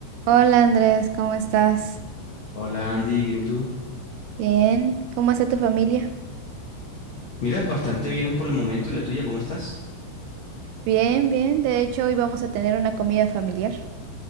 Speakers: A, on the right; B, on the left.
A: Hola Andrés, ¿cómo estás?
B: Hola Andy, ¿bien y tú?
A: Bien, ¿cómo está tu familia?
B: Mira, bastante bien por el momento. ¿Y la tuya, cómo estás?
A: Bien, bien, de hecho hoy vamos a tener una comida familiar.